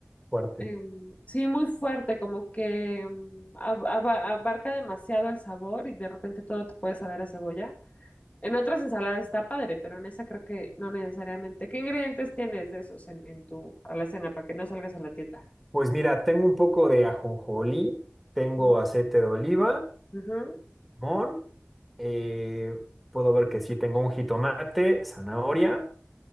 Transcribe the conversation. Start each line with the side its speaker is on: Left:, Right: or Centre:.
Centre: fuerte.
Left: em, sí, muy fuerte, como que em, ab- aba- abarca demasiado el sabor y de repente todo te puede saber a cebolla. En otras ensaladas está padre, pero en esa creo que no necesariamente. ¿Qué ingredientes tienes de esos en, en tu alacena para que no salgas a la tienda?
Centre: Pues mira, tengo un poco de ajonjolí, tengo
Left: Ujú.
Centre: aceite de oliva,
Left: Ujú.
Centre: limón, eh, puedo ver que sí, tengo un jitomate, zanahoria